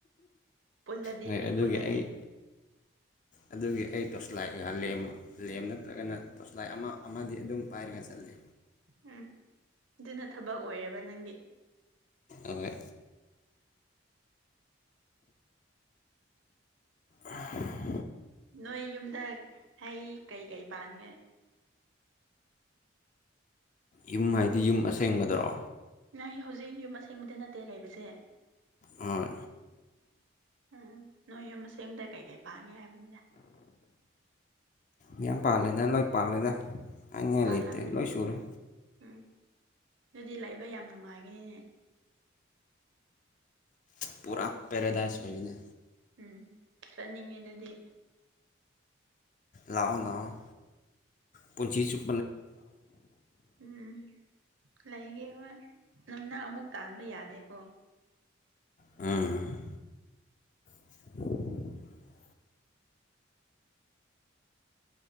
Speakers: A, on the right; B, on the left.
A: ꯄꯨꯜꯂꯗꯤ
B: ꯍꯣꯏ
A: ꯃꯤ
B: ꯑꯗꯨꯒꯤ
A: ꯄꯨꯜꯂꯗꯤ
B: ꯑꯩ ꯑꯗꯨꯒꯤ ꯑꯩ ꯇꯣꯁꯂꯥꯏꯒ ꯂ ꯂꯦꯝ ꯅꯠꯇ꯭ꯔꯒꯅ ꯇꯣꯁꯂꯥꯏ ꯑꯃ ꯑꯃꯗꯤ ꯑꯗꯨꯝ ꯄꯥꯏꯔꯒ ꯆꯠꯂꯤ
A: ꯎꯝ ꯑꯗꯨꯅ ꯊꯕꯛ ꯑꯣꯏꯌꯦꯕ ꯅꯪꯒꯤ
B: ꯑꯣꯏ ꯑ
A: ꯅꯣꯏ ꯌꯨꯝꯗ ꯍ ꯀꯩꯀꯩ ꯄꯥꯒꯦ
B: ꯌꯨꯝ ꯍꯥꯏꯗꯤ ꯌꯨꯝ ꯑꯁꯦꯡꯕꯗꯔꯣ
A: ꯅꯪ ꯍꯧꯖꯤꯛ ꯌꯨꯝ ꯑꯁꯦꯡꯕꯗꯤ ꯅꯠꯇꯦ ꯂꯩꯕꯁꯦ
B: ꯍꯣꯏ
A: ꯎꯝ ꯅꯣꯏ ꯌꯨꯝ ꯃ ꯁꯦꯝꯗ ꯀꯩ ꯀꯩ ꯄꯥꯡꯒꯦ ꯍꯥꯏꯕ ꯂ
B: ꯃ ꯄꯥꯜꯂꯦꯗ ꯂꯣꯏ ꯄꯥꯜꯂꯦꯗ ꯍꯥꯏꯅꯤꯡꯉꯥꯏ
A: ꯄꯜꯥꯅꯤ
B: ꯂꯩꯇ꯭ꯔꯦ ꯂꯣꯏ ꯁꯨꯔꯦ
A: ꯍ ꯎꯝ ꯑꯗꯨꯗꯤ ꯂꯩꯥꯛꯕ ꯌꯥꯝ ꯅꯨꯡꯉꯥꯏꯒꯅꯤꯅꯦ
B: ꯄꯨꯔꯥ ꯄꯦꯔꯥꯗꯥꯏꯁ ꯑꯣꯏꯌꯅꯦ
A: ꯎꯝ ꯆꯠꯅꯤꯡꯉꯦ ꯑꯗꯨꯗꯤ
B: ꯂꯥꯛꯑꯣ ꯂꯅꯥꯑꯣ ꯄꯨꯨꯟꯁꯤ ꯆꯨꯞ
A: ꯎꯝ ꯂꯩꯥꯏꯒ ꯍꯣꯏ ꯅꯝꯅ ꯑꯃꯨꯛ ꯇꯥꯟꯕ ꯌꯥꯗꯦꯀꯣ
B: ꯑꯝ <inaudible>